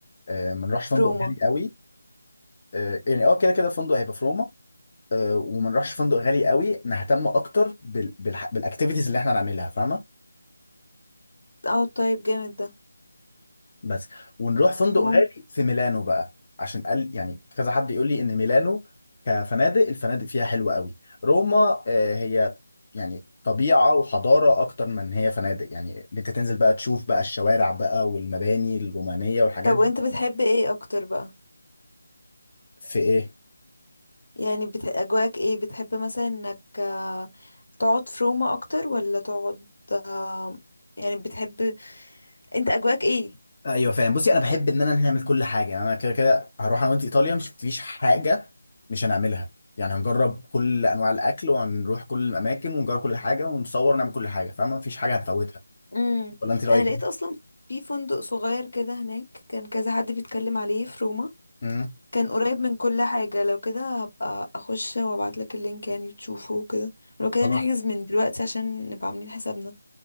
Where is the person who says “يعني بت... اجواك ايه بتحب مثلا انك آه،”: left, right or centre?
Left